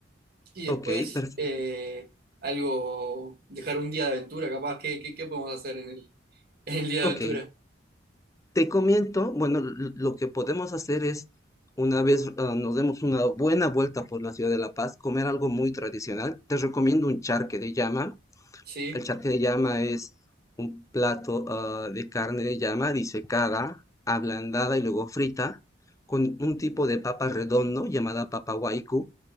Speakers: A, on the right; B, on the left.
A: Y después
B: Ok, perfecto.
A: eh, algo, dejar un día de aventura, capaz. ¿Qué, qué, qué podemos hacer en el, <laughs> en el día de
B: Ok,
A: aventura?
B: te comento, bueno, l- lo que podemos hacer es, una vez ah, nos demos una buena vuelta por la ciudad de La Paz, comer algo muy tradicional. Te recomiendo un charque de llama.
A: Sí,
B: El charque de llama es un plato ah, de carne de llama disecada, ablandada y luego frita, con un tipo de papa redondo llamada papa huaycu.